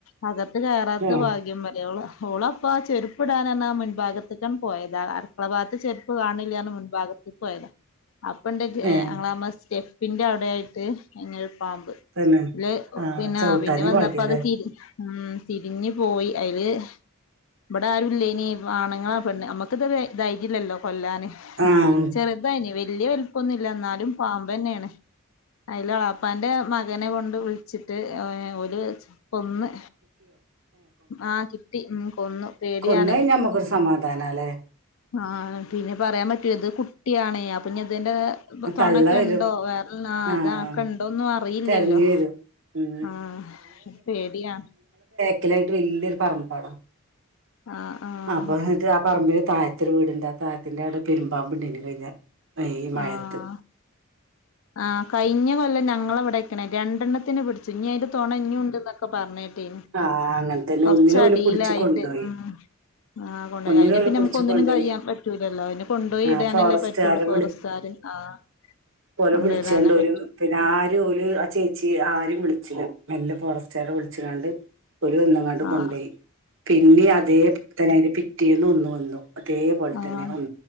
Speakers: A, on the left (about 65°); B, on the right (about 60°).
A: അക അകത്തു കയറാത്ത
B: ഏഹ്
A: ഭാഗ്യം പറയോള്ള ഓള് അപ്പ ആ ചെരുപ്പിടാനന്നാ മുൻഭാഗത്തേക്കണ് പോയതാ അടുക്കള ഭാഗത്ത് ചെരുപ്പ് കാണി ണില്ലാന്നും മുൻ ഭാഗത്തിക്ക് പോയതാ അപ്പണ്ട് ദേ
B: ഏഹ്
A: ആ സ്റ്റെപ്പിന്റെ അവിടെ ആയിട്ട് ഇങ്ങനെ പാമ്പ്
B: തന്നെ
A: ല് ഒ
B: ആഹ്
A: പിന്നെ
B: ചവിട്ടാഞ്ഞ
A: ആ പിന്നെ വന്നപ്പോ
B: ഭാഗ്യല്ലേ
A: അത് തിരി ഉം തിരിഞ്ഞു പോയി അയില് ബടെ ആരുല്ലേനിം ആണുങ്ങളാ പെണ്ണ് മ്മുക്ക് ഇത് ധൈര്യല്ലാല്ലോ കൊല്ലാന് ഹ്
B: ആഹ്
A: ചെറുതേനി വല്യവലി ക്കൊന്നൂല്ല ന്നാ പാമ്പന്നെയാണ് അയ്ല് എളാപ്പാന്റെ മകനെ കൊണ്ട് വിളിച്ചിട്ട് എ് ഓല് ച്ച് കൊന്ന് ആ കിട്ടി ഉം കൊന്നു പേടിയാണേ
B: കൊന്നേഴിഞ്ഞ മ്മുക്കൊരു സമാധാനല്ലേ
A: ആഹ് പിന്നെ പറയാൻ പറ്റൂല്ല ത് കുട്ട്യാണേ അപ്പൊ ഞി തിന്റെ തൊണക്കെ
B: തള്ള വരും
A: ഇണ്ടോ വേറെ ആ
B: ആഹ്
A: അതാ ക്കിണ്ടോന്നും അറിയില്ലല്ലോ
B: തെരഞ്ഞു വരും ഉം
A: ആഹ് പേടിയാ
B: ക്കിലായിട്ട് വല്യൊരു പറമ്പാണ്
A: ആഹ് ആഹ്
B: അപ്പൊ ന്നിട്ട് ആ പറമ്പില് തായത്തൊരു വീടുണ്ട് ആ തായത്തിന്റെ അവിടെ പെരുംപാമ്പുണ്ടായിനു കഴിഞ്ഞാ യീ മഴേ
A: ആഹ്
B: ത്ത്
A: ആഹ് കഴിഞ്ഞ കൊല്ലം ഞങ്ങളെവിടക്കണെ രണ്ടെണ്ണത്തിനെ പിടിച്ചു ഞി അയിന്റെ തൊണ ഞുണ്ട്ന്നൊക്കെ പറണേർ ട്ടേനു.
B: ആഹ് അങ്ങനത്തന്നെ
A: കൊറച്ചടിയിലായിട്ട്
B: ഒന്നിനെ ഓല് പുടിച്ച് കൊണ്ടോയി
A: ഉം ആ കൊണ്ടയി
B: ഒന്നിനെ
A: അതിനെ
B: ഓല്
A: പിന്നെ
B: പുടിച്ച്
A: നമുക്ക് ഒന്നിനും
B: കൊണ്ടോയി
A: കഴിയാൻ പറ്റൂലല്ലോ അതിനെ കൊണ്ടോയി
B: ആഹ്
A: ഇടാനല്ലേ
B: ഫോറസ്റ്റുകാരെ
A: പറ്റുള്ളൂ ഫോറസ്റ്റുകാര് ആഹ്
B: പോ ഓല്
A: കൊണ്ടോയിടാനേ
B: വിളിച്ചണ്ടോലും
A: പറ്റൂ
B: പിന്നെ ആരും ഓല് ആ ചേ ച്ചി ആരും വിളിച്ചില്ല മെല്ലെ ഫോറസ്റ്റുകാരെ വിളിച്ച് കണ്ട് ഓല് വന്നുംങ്ങാണ്ട്
A: ആഹ്
B: കൊണ്ടു പോയി പിന്നെ അതേപല തന്നെ അതിന്റെ ഒന്നു വന്നു അതേപോലെ
A: ആഹ
B: തന്നെ ഒന്ന്